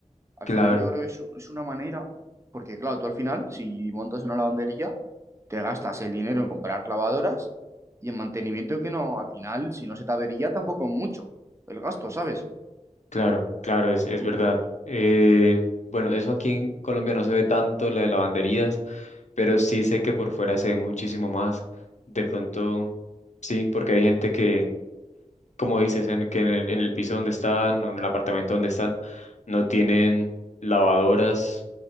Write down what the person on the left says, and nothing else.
Claro.
Claro, claro, es, es
verdad. Eh, bueno, eso aquí en Colombia no se ve tanto, la de lavanderías, pero sí sé que por fuera se ve muchísimo más. De pronto, sí, porque hay gente que, como dices, en, que en el, en el piso donde están o en el apartamento donde están, no tienen lavadoras,